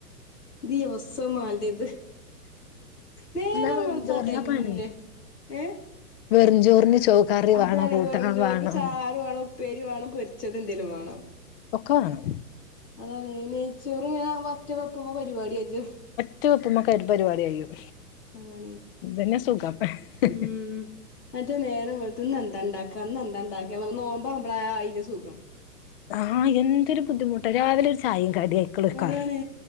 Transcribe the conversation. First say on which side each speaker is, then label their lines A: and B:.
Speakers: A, on the left; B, on the left.
A: ദിവ സോം വേണ്ടേ ഇത് നേരം
B: എന്നാ വെറും
A: വെളുത്താ
B: ചോറിനാ
A: അതന്നെ
B: പണി
A: ഏ
B: വെറുംചോറിന് ചോ കറി
A: അതാണ്
B: വേണം കൂട്ടണം
A: വെറും ചോറിന്
B: വേണം
A: ചാർ വേണം ഉപ്പേരി വേണം പൊരിച്ചത് എന്തേലും വേണം
B: ഒക്കെ വേണം
A: അതാണ് നെയ്ച്ചോർ ഇങ്ങനെ വ പ്പമ പരിപാടി കഴിഞ്ഞു
B: ഒറ്റ വെപ്പുമൊ കരും പരിപാടി കഴിയും
A: അങ്ങണെ
B: ഇതന്നെ സുഖം
A: ഉം മറ്റേ നേരം വെളുത്തുന്ന എന്ത ന്ത ഇണ്ടാക്കാ ഇന്ന് എന്താ ഉണ്ടാക്കമ്മ നോമ്പോ ആകുമ്പളെ ആയിൻ്റെ സുഖം
B: ആ എന്തൊരു ബുദ്ധിമുട്ട് രാവിലെ ഒരു ചായയും കടിയ ആക്കളുംഒരുക്കാർ
A: അതാണ്